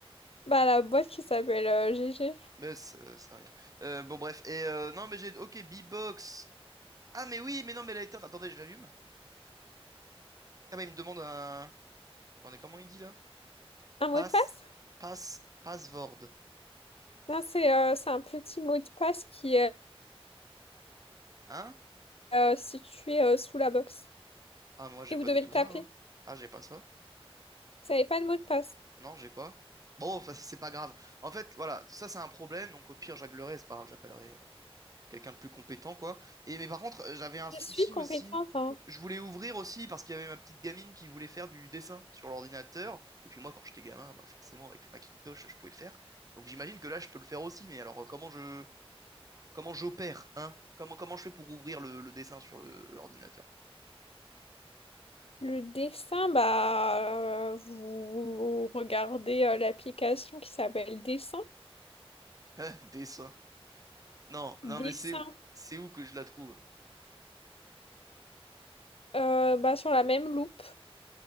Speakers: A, on the left (about 70°); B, on the right (about 35°).
A: Bah la boîte qui s'appelle euh, GG.
B: Mais ça ça a rien. Euh, bon, bref. Et euh, non, mais j'ai. Ok, B-Box. Ah, mais oui, mais non, mais elle a éteinte. Attendez, je l'allume. Ah, mais il me demande un. Attendez, comment il dit là?
A: Un mot
B: Pass.
A: de passe?
B: Pass. Password.
A: Non, c'est euh, c'est un petit mot de passe qui est
B: Hein?
A: euh, situé euh, sous la box.
B: Ah, moi, j'ai
A: Et vous
B: pas
A: devez
B: du tout
A: le taper.
B: ça. hein. Ah, j'ai pas ça.
A: Vous n'avez pas de mot de passe.
B: Non, j'ai pas. Bon, enfin, c'est pas grave. En fait, voilà, ça, c'est un problème. Donc, au pire, je réglerai. C'est pas grave, j'appellerai. quelqu'un de plus compétent, quoi. Et, mais par contre, j'avais un souci
A: Je suis compétente,
B: aussi.
A: hein.
B: Je voulais ouvrir aussi parce qu'il y avait ma petite gamine qui voulait faire du dessin sur l'ordinateur. Et puis moi, quand j'étais gamin, bah forcément, avec Macintosh, je pouvais le faire. Donc j'imagine que là, je peux le faire aussi. Mais alors, comment je comment j'opère, hein? Comment, comment je fais pour ouvrir le, le dessin sur le- l'ordinateur? <laughs>
A: Le dessin, bah euh, vous regardez euh, l'application qui s'appelle Dessin.
B: Hein, dessin. Non, non,
A: Dessin.
B: mais c'est où? C'est où que je la trouve?
A: Euh, bah, sur la même loupe.